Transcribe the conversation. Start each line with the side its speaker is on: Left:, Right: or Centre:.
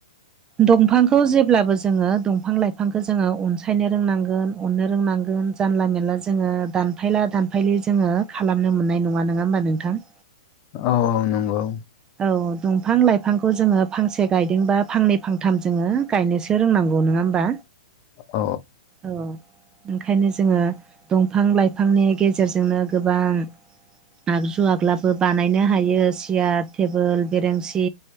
Right: दंफांखौ जेब्लाबो जोङो दंफां लाइफांखौ जोङो अनसायनो रोंनांगोन अननो रोंनांगोन। जानला मानला जोङो दानफायला दानफायलि जोङो खालामनो मोननाय नङा नङा होमबा नोंथां।
Left: औ औ नंगौ।
Right: औ दंफां लाइफांखौ जोङो फांसे गायदोंबा फांनै फांथाम जोङो गायनोसै गायनो रोंनांगौ नङा होमबा।
Left: औ
Right: औ ओंखायनो जोङो। दंफां लाइफांनि गेजेरजोंनो गोबां। आगजु आग्लाबो बानायनो हायो सियार टेबोल बेरेेंसि